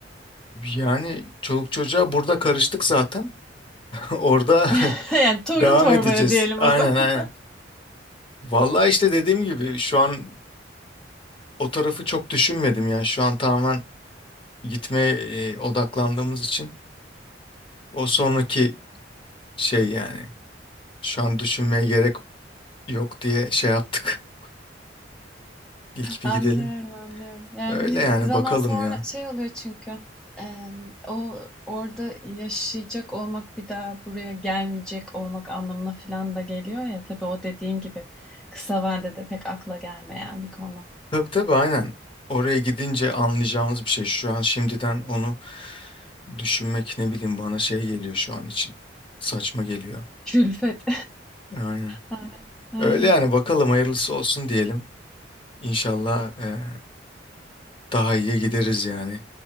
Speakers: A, on the left; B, in the centre.
A: Yani çoluk çocuğa burada karıştık zaten. <laughs> Orada
B: <laughs>
A: <laughs>
B: Yani torun
A: devam
B: torbaya
A: edeceğiz.
B: diyelim
A: Aynen
B: o zaman.
A: aynen. Vallahi işte dediğim gibi şu an o tarafı çok düşünmedim yani. Şu an tamamen gitmeye e, odaklandığımız için o sonraki şey yani. Şu an düşünmeye gerek yok diye şey yaptık. <laughs> İlk bir
B: Anlıyorum,
A: gidelim.
B: anlıyorum. Yani
A: Öyle
B: bir
A: yani
B: zaman
A: bakalım
B: sonra
A: ya.
B: şey oluyor çünkü eee, o orada yaşayacak olmak bir daha buraya gelmeyecek olmak anlamına falan da geliyor ya. Tabii o dediğin gibi kısa vadede pek akla gelmeyen bir konu.
A: Tabii tabii aynen. Oraya gidince anlayacağımız bir şey. Şu an şimdiden onu Düşünmek ne bileyim bana şey geliyor şu an için. Saçma geliyor.
B: Külfet.
A: Aynen.
B: <laughs> Aynen.
A: Öyle yani bakalım hayırlısı olsun diyelim. İnşallah eee, daha iyiye gideriz yani.